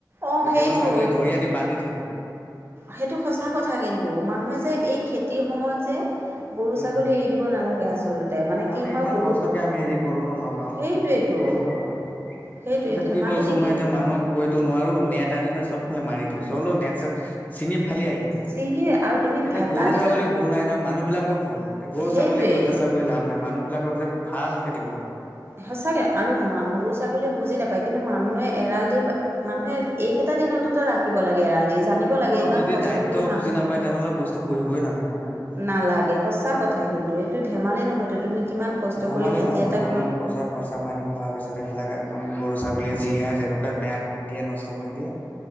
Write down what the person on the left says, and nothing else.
কেতিয়াবা
ছাগলী ধৰি আনি বান্ধি থৈ দিওঁ।
উম,
নালাগে
ইমান
কষ্টকে আমি হেৰি কৰো ন লগাও,
বুজি পাব লাগে।
তাৰপিছত
কি কৰিছো
মই এতিয়া
মানুহক কৈতো নোৱাৰো, নেট আনি ন চব ফালে মাৰি থৈছো। হলোঁ নেট-চেট ছিঙি ফালি আহি যাব,
এতিয়া
গৰু,
ছাগলী ভুল নাই নহয়, মানুহ বিলাকৰ ভুল। এতিয়া গৰু,
ছাগলীক অত্যাচাৰ কৰি লাভ নাই। মানুহবিলাকক যে ভালকে দিব লাগে মানে।
অ',
যদি
দায়িত্ব
বুজি নাপায় তেনেহ'লে বস্তু পুহিবই নালাগে হয় নে নহয়।
ধেমালি
নহয়
মানুহ ইমান পইচা খৰচা পানী হোৱাৰ পিছত সেইবিলাক একদম গৰু, ছাগলীয়ে যিহে যেনেকুৱাই বেয়া কৰি দিয়ে, নষ্ট কৰি দিয়ে।